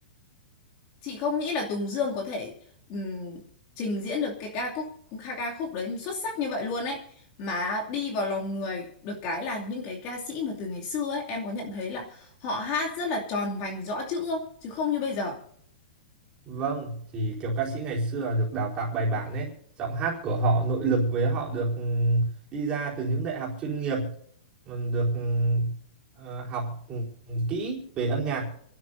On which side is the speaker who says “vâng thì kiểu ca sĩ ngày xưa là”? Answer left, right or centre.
Right